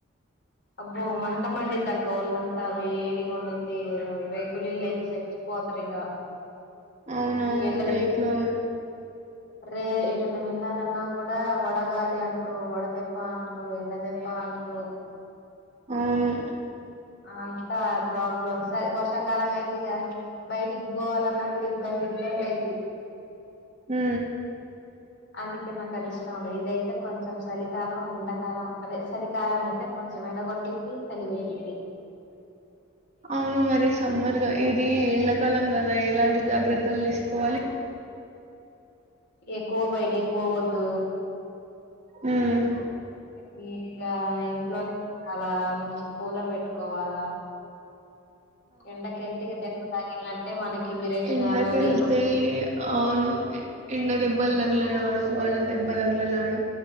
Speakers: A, on the left; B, on the right.
A: అబ్బు మంట మండద్దక్క ఒల్ంతా వేడిగండదిది రైగులి ఇల్ యితే సచ్చపోత్రింగ
B: అవునవును.
A: ఎండల
B: రేకులో
A: రే చిన్న పిల్లాలన్నా కూడా వడగాలి అంటారు వడదెబ్బ అంటారు ఎండ దెబ్బ అంటారు
B: అవును
A: అంతా ప్రాబ్లమ్ సర వర్షాకాలం అయితిగ బయటికి పోవాలన్నా కూడా ఇబంది ఇబంద అఐతి
B: హ
A: అందుకే నాకు అది ఇష్టం ఉండదు ఇదయితే కొంచెం చలికాలం ఎండాకాలం అదే చలికాలం అయితే కొంచెం ఎండగొట్టింది చలిబెట్టింది
B: అవును మరి సమ్మర్ లో ఇది ఎడాకాలం కదా ఎలాంటి జాగ్రత్త లు తీసుకోవాలి
A: ఎక్కువ బయటికి పోవద్దు
B: మ్మ్
A: మీకా ఇంట్లోనే అలా మంచి కూలర్ పెట్టుకోవాలా ఎండకెల్తిగద తగిలినట్టే మనకి విరేచనాలో
B: ఎండకి వెళ్తే
A: లేకుంటే
B: అవును ఎండదె బ్బల్ తగల నాడు వడ దెబ్బ తగుల నాడు